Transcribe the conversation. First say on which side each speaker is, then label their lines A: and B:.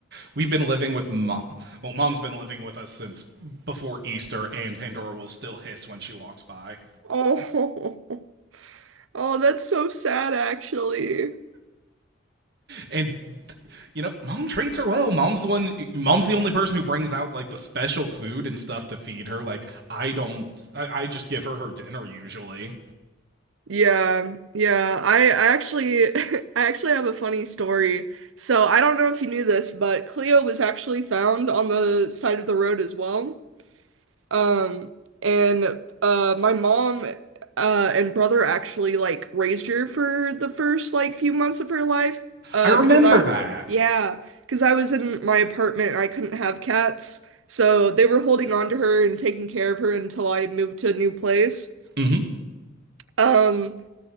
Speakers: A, on the right (about 55°); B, on the right (about 85°).
A: We've been living with mom. Well, mom's been living with us since before Easter, and Pandora will still hiss when she walks by.
B: Oh. <laughs> Oh, that's so sad actually.
A: And you know, mom treats her well. Mom's the one. Mom's the only person who brings out like the special food and stuff to feed her. Like I don't. I, I just give her her dinner usually.
B: Yeah. Yeah. I I actually <laughs> I actually have a funny story. So, I don't know if you knew this, but Cleo was actually found on the side of the road as well. Um, and uh my mom uh and brother actually like raised her for the first like few months of her life. Uh
A: I remember
B: because I
A: that.
B: yeah, because I was in my apartment and I couldn't have cats. So they were holding on to her and taking care of her until I moved to a new place.
A: Mm-hmm.
B: Um